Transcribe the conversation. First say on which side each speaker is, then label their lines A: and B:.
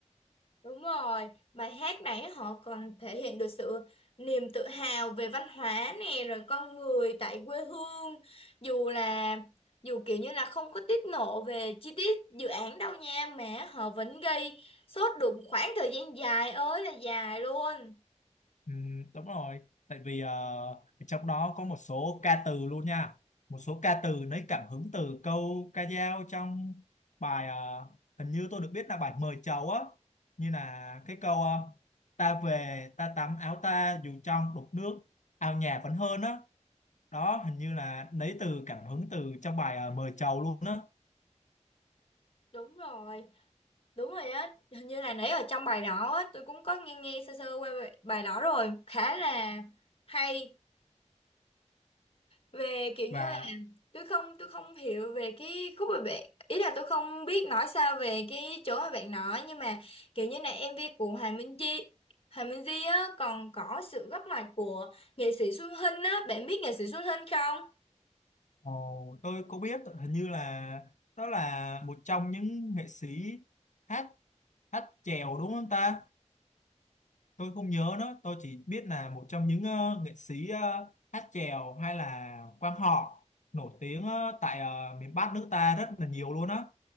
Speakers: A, on the left (about 50°); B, on the left (about 75°).
A: đúng rồi bài hát này họ còn thể hiện được sự niềm tự hào về văn hóa nè rồi con người tại quê hương dù là dù kiểu như là không có tiết lộ về chi tiết dự án đâu nha mà họ vẫn gây sốt được một khoảng thời gian dài ơi là dài luôn
B: Ừ, đúng rồi tại vì ờ, trong đó có một số ca từ luôn nha một số ca từ lấy cảm hứng từ câu ca dao trong bài ờ, hình như tôi được biết là bài mời chầu á như là cái câu ờ, ta về ta tắm áo ta dù trong đục nước ao nhà vẫn hơn á đó. hình như là lấy từ cảm hứng từ trong bài ờ, mời chầu luôn á
A: đúng rồi Đúng rồi á, hình như là nãy ở trong bài đó á, tôi cũng có nghe nghe sơ sơ qua bài bài đó rồi, khá là hay về kiểu như
B: và
A: là tôi không tôi không hiểu về cái khúc mà bạn ý là tôi không biết nói sao về cái chỗ mà bạn nói nhưng mà kiểu như là MV của Hoàng Minh Di Hoàng Minh Di á còn có sự góp mặt của nghệ sĩ Xuân Hinh á, bạn biết nghệ sĩ Xuân Hinh không?
B: Ồ, tôi có biết hình như là đó là một trong những nghệ sĩ hát hát chèo đúng không ta? Tôi không nhớ nữa, tôi chỉ biết là một trong những ờ, nghệ sĩ ờ, hát chèo hay là quan họ nổi tiếng ờ, tại ờ, miền Bắc nước ta rất là nhiều luôn á.